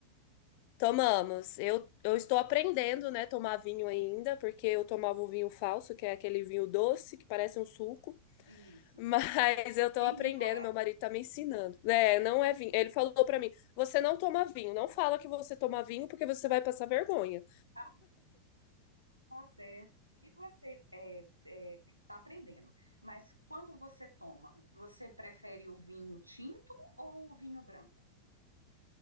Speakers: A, on the left; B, on the right.
A: Tomamos. Eu, eu estou aprendendo, né, tomar vinho ainda, porque eu tomava o vinho falso, que é aquele vinho doce que parece um suco.
B: Isso.
A: Mas eu tô
B: Tem
A: aprendendo,
B: vinho, é?
A: meu marido tá me ensinando. É, não é vinho. Ele falou pra mim: você não toma vinho, não fala que você toma vinho porque você vai passar vergonha.
B: Ah, tá certo. E você é, é, que está aprendendo, mas quando você toma, você prefere o vinho tinto ou o vinho branco?